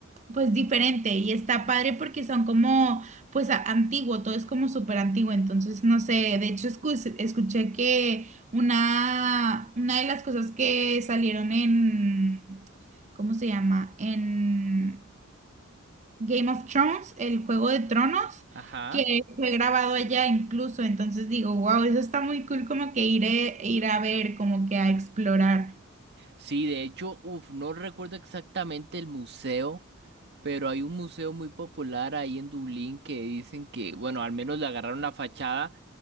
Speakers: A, on the right (about 35°); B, on the right (about 55°).
A: Pues diferente y está padre porque son como, pues a- antiguo, todo es como súper antiguo, entonces no sé, de hecho escu- escuché que una, una de las cosas que salieron en, ¿cómo se llama? En Game of Thrones, el Juego de Tronos,
B: Ajá.
A: que fue grabado allá incluso, entonces digo, wow, eso está muy cool como que ir, eh, ir a ver, como que a explorar.
B: Sí, de hecho, uff, no recuerdo exactamente el museo, pero hay un museo muy popular ahí en Dublín que dicen que, bueno, al menos le agarraron la fachada